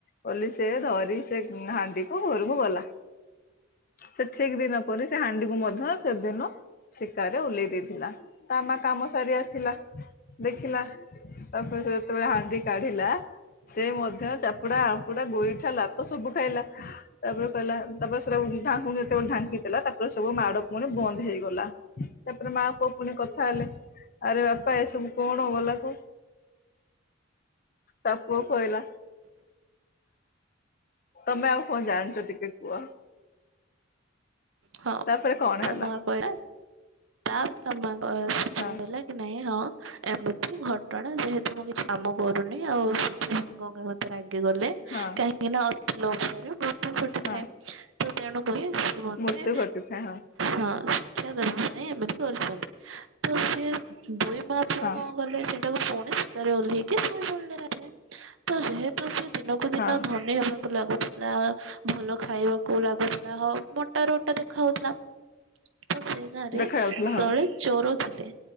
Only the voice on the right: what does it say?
ହଁ
ତା
ମା କହିଲା ତା ତା ମା ବାସ ସେ
ପୁଅ କହିଲା କି ନାହଁ, ହଁ ଏମିତି ଘଟଣା ଯେହେତୁ ମୁଁ କିଛି କାମ କରୁନି, ଆଉ ସେଥିପାଇଁ ଗଙ୍ଗା ମତେ ରାଗି ଗଲେ
କାହିଁକି ନା ଲୋଭ ରେ ବହୁ ଘଟିଥାଏ।
ତ ତେଣୁ କରି ରେ
ହଁ ଶିକ୍ଷା ଦେବା ପାଇଁ ଏମିତି କରିଛନ୍ତି, ତ ସେ ଦୁଇ ମା ପଅ
କଣ କଲେ ସେଇଟାକୁ ପୁଣି ଶିକାରେ ଓହ୍ଲେଇକି ଶୋଇ ପଡିଲେ ରା ତ ଯେହେ ତୁ ସେ ଦିନକୁ ଦିନ
ଧନୀ ହେବାକୁ ଲାଗୁଥିଲା, ଭଲ ଖାଇବାକୁ ଲାଗୁଥିଲା ହ ବଟ୍ <unintelligible> ଦେଖା ହଉଥିଲା। ତ ସେ ଗାଁରେ
ଦଳେ ଚୋର ଥିଲେ